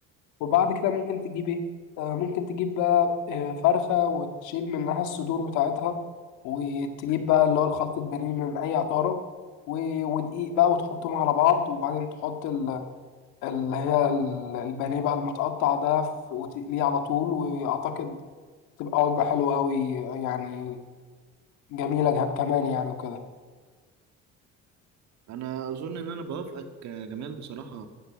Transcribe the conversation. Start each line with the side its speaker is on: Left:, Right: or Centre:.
Left: وبعد كده ممكن تجيب ايه آه، ممكن تجيب بقى آه، فرخه وتشيل منها الصدور بتاعتها وتجيب بقى اللي هو الخلطة بانيه من اي عطاره و- ودقيق بقى وتحطهم على بعض وبعدين تحط ال- اللي هي ال- البانيه بقى المتقطع ده في- وتقليه على طول واعتقد تبقى وجبة حلوة أوي يعني جميلة جه- كمان يعني وكده
Right: انا اظن ان انا بوافقك يا جمال بصراحة